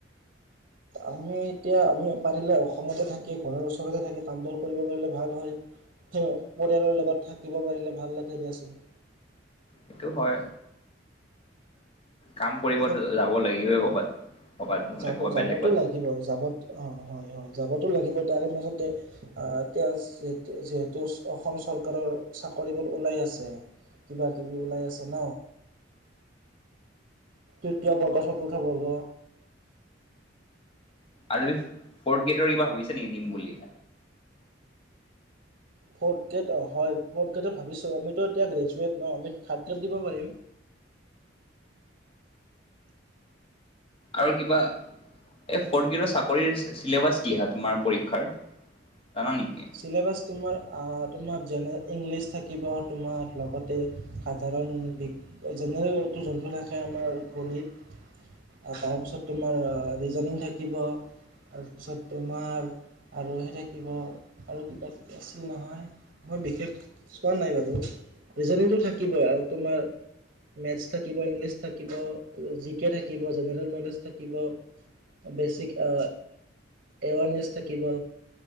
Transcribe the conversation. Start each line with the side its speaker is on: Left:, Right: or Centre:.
Right: আমি এতিয়া আমি পাৰিলে অসমতে থাকি ঘৰৰ ওচৰতে থাকি কামবোৰ কৰিব পাৰিলে ভাল হয়। তীয় পৰিয়ালৰ লগত থাকিব পাৰিলে ভাল লাগে দিয়াচোন।
Left: সেইটো হয়, কাম কৰিব
Right: এটা
Left: যাব লাগিবএ কৰ'বাত। কৰ'বাত নহ'লে
Right: যাব
Left: ক'ৰবাত
Right: যাবতো
Left: বেলেগত
Right: লাগিব যাব অ হয় হয় যাবতো লাগিব তাৰে মাজতে আহ এতিয়া যিহেতু অসম চৰকাৰৰ চাকৰিবোৰ ওলাই আছে। কিবা কিবি ওলাই আছে ন তৃতীয় বৰ্গ চতুৰ্থ বৰ্গ
Left: আৰু তুমি ফৰ্থ গেটৰ কিবা ভাবিছা নেকি দিম বুলি
Right: ফ'ৰ্থ গ্ৰেড অ হয় ফৰ্থ গ্ৰেড ভাবিছোঁ আমিতো এতিয়া গ্ৰেজুৱেট ন আমি থাৰ্ড গ্ৰেড দিব পাৰিম।
Left: আৰু কিবা এই ফৰ্ড গ্ৰেডৰ চাকৰি চিলেবাছ কি হা তোমাৰ পৰীক্ষাৰ। জানা নেকি
Right: চিলেবাছ তোমাৰ তোমাৰ যেনে ইংলিছ থাকিব তোমাৰ লগতে সাধাৰণ বি- জেনেৰেল এইটো জোনটো থাকে আমাৰ গণিত তাৰপিছত তোমাৰ ৰিজনিং থাকিব তাৰপিছত তোমাৰ আৰু সেই থাকিব আৰু কিবা কিবি আছিল নহয় মই বিশেষ চোৱা নাই বাৰু ৰিজনেলটো থাকিবই আৰু তোমাৰ - মেথছ থাকিব, ইংলিছ থাকিব, জি কে থাকিব, জেনেৰেল নলেজ থাকিব - বেচিক এ এৱাৰনেছ থাকিব।